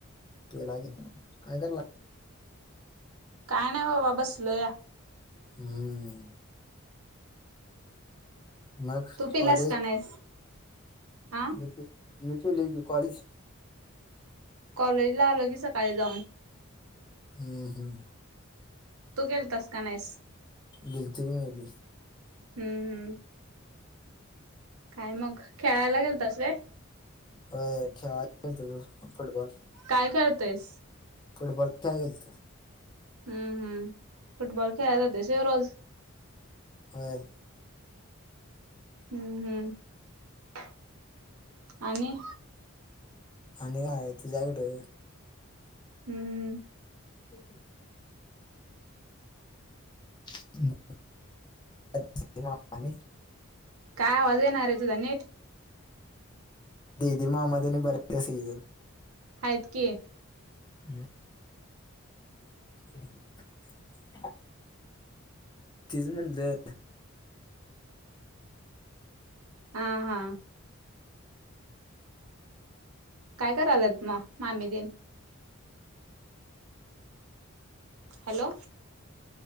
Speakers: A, on the left; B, on the right.
A: पेला की काय करायला.
B: काय नाही बाबा बसलो या.
A: हम्म. मग
B: तू पिलास
A: कॉलेज
B: का नाहीस. हा
A: मी मी पिलोय की कॉलीस.
B: कॉलेज ला आलो की सकाळी जाऊन.
A: हम्म हम्म.
B: तू गेलतास का नाहीस.
A: गेलतो की मी भी.
B: हम्म हम्म. काय मग खेळायला गेलतास काय?
A: होय खेळा गेलतो फुटबॉल.
B: काय खेळतोयस.
A: फुटबॉल खेळा गेलतो.
B: हम्म हम् फुटबॉल खेळाय जातो स रोज.
A: होय.
B: हम हम आणि
A: आणि काय आणि तुझ्याकडे.
B: हम्म हम्.
A: कपी. <unintelligible>
B: काय आवाज येईना तुझा नीट.
A: दिदी मामादनी बरख सीजन.
B: हायत की
A: हम्म <unintelligible> तिच म्हणलं आता
B: हा.. हा.. काय करायलेत, मग मामी ते? Hello!..